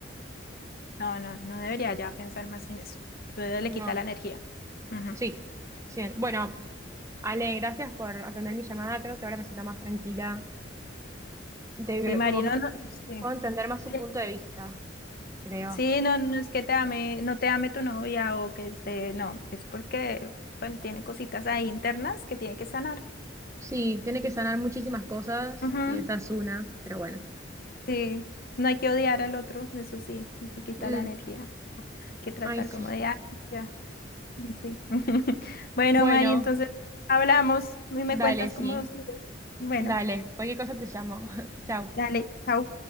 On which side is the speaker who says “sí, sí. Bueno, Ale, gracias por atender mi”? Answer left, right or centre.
Right